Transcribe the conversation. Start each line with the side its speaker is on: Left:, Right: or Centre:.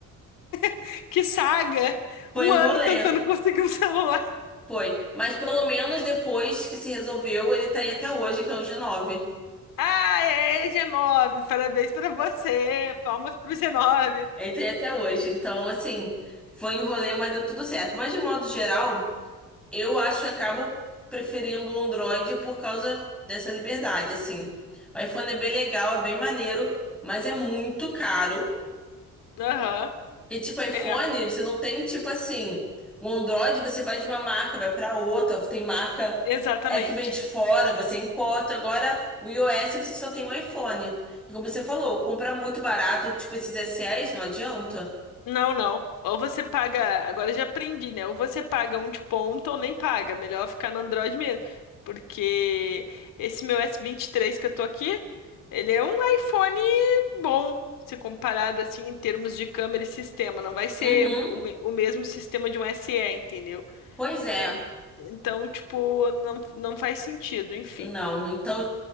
Left: <laughs> que saga!
Centre: Foi
Left: Um
Centre: um
Left: ano
Centre: rolê.
Left: tentando <laughs> conseguir um celular.
Centre: Foi. Mas pelo menos depois que se resolveu, ele tá aí até hoje, que é o G9.
Left: Aê, G9, parabéns pra você. Palmas pro G9.
Centre: Ele tá aí até hoje. Então, assim, foi um rolê, mas deu tudo certo. Mas de modo geral. Eu acho que acabo preferindo o Android por causa dessa liberdade, assim. O iPhone é bem legal, é bem maneiro, mas é muito caro.
Left: Aham,
Centre: E tipo, iPhone,
Left: é,
Centre: você não tem tipo assim, o Android você vai de uma marca, vai pra outra, tem marca
Left: exatamente.
Centre: é que vem de fora, você importa. Agora, o iOS você só tem um iPhone. E como você falou, comprar muito barato, tipo esses SEs, não adianta.
Left: Não, não. Ou você paga, agora eu já aprendi, né? Ou você paga um de ponta ou nem paga. Melhor ficar no Android mesmo. Porque esse meu s vinte e três que eu tô aqui, ele é um iPhone bom, se comparado assim em termos de câmera e sistema. Não vai ser
Centre: Uhum.
Left: o, me- o mesmo sistema de um S SE, entendeu?
Centre: Pois é.
Left: En- Então, tipo, não, não faz sentido, enfim.
Centre: Não, então,